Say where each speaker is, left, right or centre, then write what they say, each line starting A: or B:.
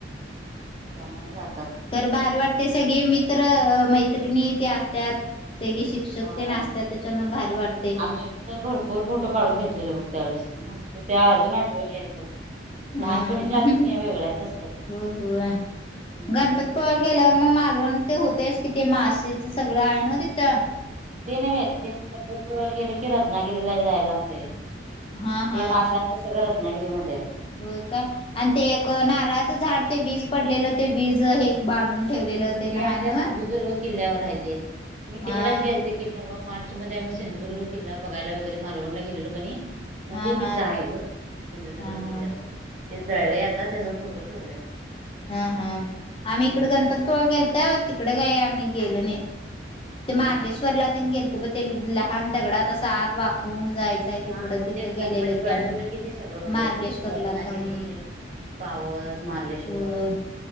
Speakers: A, on the right; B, on the left.
A: त्यामुळे जातय
B: खर बाहेर वाटते सगळी मित्र मैत्रिणी ते असतात सगळी शिक्षक
A: होय
B: तेन असत्यात त्याच्यान भारी वाटते
A: आम्ही तर भरपूर फोटो काढून घेतलेले बघ त्यावेळेस मस्त त्या अजून आठवणी आहेत बघ लहानपणीच्या
B: हम्
A: आठवणी या वेगळ्याच असतात
B: होय होय
A: हम्म
B: गणपती पूळ्याला गेल्यावर मग मालवण ते होतेयच कि ते मासेच सगळ आहे ना तिथ
A: ते न्हवे ते गणपती पुळ्याला गेले की रत्नागिरी ला जायला लागतय
B: हा हा
A: हे माशांच सगळ रत्नागिरी मध्ये हाय
B: होय का आणि ते एक नारळाच झाड ते वीज पडलेल ते वीज हे बांधून ठेवलेलं ना
A: ते
B: हाय
A: आपल्या
B: नव्ह
A: सिंधुदुर्ग किल्ल्यावर हायते मी
B: हा
A: तिकडेच गेलते की परवा मार्च मध्ये आम्ही सिंधुदुर्ग किल्ला बघायला वगैरे मालवणला गेलो कणी मग
B: हा
A: ते
B: हा
A: तिथ आहे ग सिंधुदुर्ग
B: हा हा
A: किल्ल्यावरती ते जळळय आता त्याचा फोटो ठेवलेत
B: हा हा आम्ही इकड
A: हम्म
B: गणपतीपुळ्याला गेलतो तिकड काय आम्ही गेलो नाही ते
A: हा
B: मार्लेश्वरला
A: हा
B: तेन गेलतो ब ते लहान दगडात अस आत वाकून जायचय तिकड
A: हा मग
B: तिथ
A: ते गणपतीपुळ्याला
B: गेलेल ते आम्ही
A: गेलं कि ते सगळं होतय.
B: मार्लेश्वरला
A: रत्नागिरी,
B: हम
A: पावस मारलेश्वर
B: हो